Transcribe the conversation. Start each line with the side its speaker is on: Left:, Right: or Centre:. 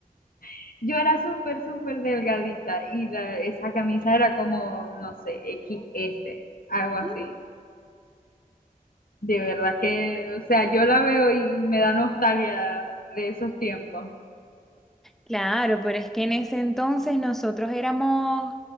Left: <laughs> yo era súper, súper delgadita y la- esa camisa era como, no sé, XS, algo así.
Centre: mm,
Left: De verdad que, o sea, yo la veo y me da nostalgia de esos tiempos.
Centre: Claro, pero es que en ese entonces nosotros éramos